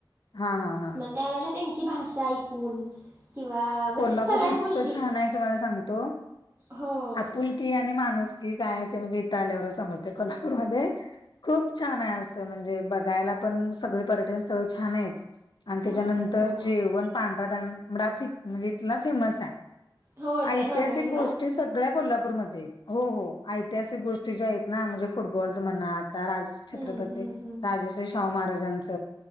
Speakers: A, on the left; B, on the right.
A: हा हा हा
B: मग त्यावेळेला त्यांची भाषा ऐकून- किंवा म्हणजे
A: कोल्हापूर
B: सगळ्याच
A: इतकं
B: गोष्टी
A: छान आहे तुम्हाला सांगतो.
B: हो
A: आपुल- की आणि माणूसकी काय आहे ते म्हणजे इथं आल्यावर समजते कोल्हापूरमध्ये. खूप छान आहे असं, म्हणजे बघायला पण सगळे पर्यटन स्थळ छान आहेत‌. आणि त्याच्यानंतर
B: छान आहेत हो
A: जेवण पांढरा तांबडा म्हणजे इथला फेमस आहे.
B: हो
A: ऐतिहासिक
B: ते नॉनव्हेज
A: गोष्टी
B: ना
A: सगळ्या कोल्हापूरमध्ये हो हो ऐतिहासिक गोष्टी ज्या- ना म्हणजे फुटबॉलचं म्हणा आता छत्रपती
B: हम्म, हम्म, हम्म,
A: राजश्री शाहू महाराजांच.